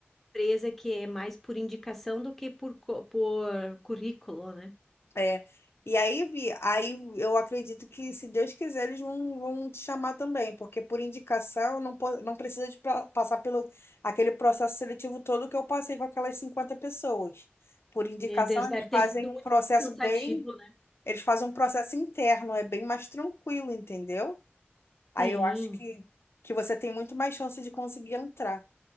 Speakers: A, in the centre; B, on the left.
A: empresa que é mais por indicação do que por, co- por currículo, né?
B: É, e aí, Vi, aí eu acredito que, se Deus quiser, eles vão, vão te chamar também, porque por indicação não, po- não precisa de pra- passar pelo aquele processo seletivo todo que eu passei com aquelas 50 pessoas. Por indicação,
A: Meu Deus,
B: eles
A: deve ter
B: fazem
A: sido
B: um
A: muito
B: processo
A: cansativo,
B: bem,
A: né?
B: eles fazem um processo interno, é bem mais tranquilo, entendeu? Aí
A: Sim,
B: eu acho que, que você tem muito mais chance de conseguir entrar.